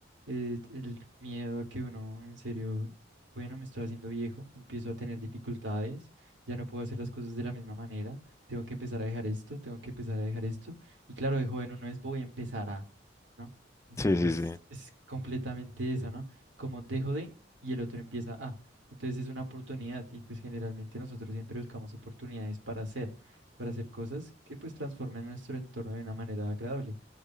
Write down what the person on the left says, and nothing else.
Sí, sí, sí.